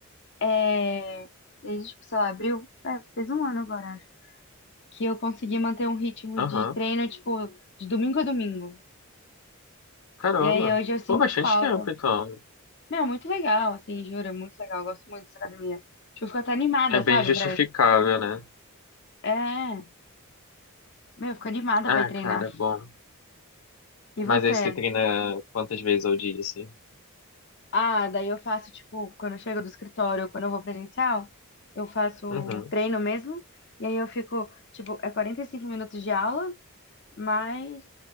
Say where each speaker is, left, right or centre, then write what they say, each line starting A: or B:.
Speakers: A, on the left; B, on the left.
A: é... desde, tipo, sei lá, abril, é, fez um ano agora, acho, que eu consegui manter um ritmo
B: Aham.
A: de treino, tipo, de domingo a domingo.
B: Caramba.
A: E aí hoje eu sinto
B: Pô, bastante
A: falta.
B: tempo, então.
A: Meu, muito legal, assim, juro, é muito legal. Eu gosto muito dessa academia. Tipo, eu fico até animada,
B: É bem
A: sabe,
B: justificável,
A: pra... essa.
B: né?
A: É, meu, eu fico animada
B: Ah,
A: pra ir treinar.
B: cara, é bom.
A: E você?
B: Mas aí você treina quantas vezes ao dia, assim?
A: Ah, daí eu faço, tipo, quando eu chego do escritório, ou quando eu vou presencial, eu faço
B: Uhum.
A: o treino mesmo. E aí eu fico, tipo, é 45 minutos de aula, mas